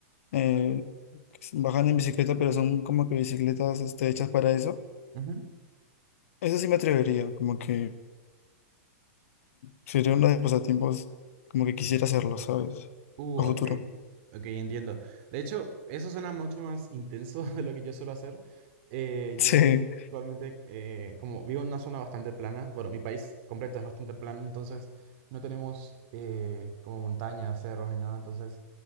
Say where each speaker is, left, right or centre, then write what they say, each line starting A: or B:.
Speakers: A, on the left; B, on the right.
A: eh, que se bajan en bicicleta, pero son como que bicicletas este, hechas para eso.
B: que... ujú,
A: Eso sí me atrevería, como que sería uno de los pasatiempos como que quisiera hacerlo, ¿sabes?
B: Uh,
A: A
B: ok,
A: futuro. <laughs>
B: ok, entiendo. De hecho, eso suena mucho más intenso <laughs> de lo que yo suelo hacer. Eh,
A: Sí.
B: yo actualmente, eh, como vivo en una zona bastante plana, bueno, mi país completo es bastante plano, entonces no tenemos eh, como montañas, cerros ni nada, entonces